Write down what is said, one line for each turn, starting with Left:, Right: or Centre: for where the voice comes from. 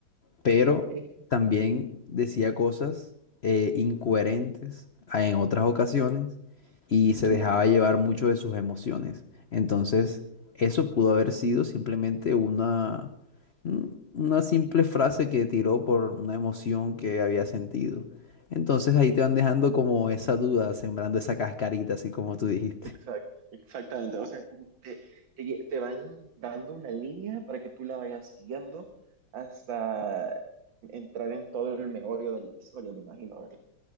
Left: pero
Right: ok.
Left: también decía cosas eh, incoherentes a- en otras ocasiones y se
Right: Ujú.
Left: dejaba llevar mucho de sus emociones. Entonces, eso pudo haber sido simplemente una, un- una simple frase que tiró por una emoción que había sentido. Entonces ahí te van dejando como esa duda, sembrando esa cascarita, así como tú dijiste.
Right: Exacto, exactamente. O sea, como que te, te, lle- te van dando una línea para que tú la vayas siguiendo hasta entrar en todo el meollo de la historia, me imagino,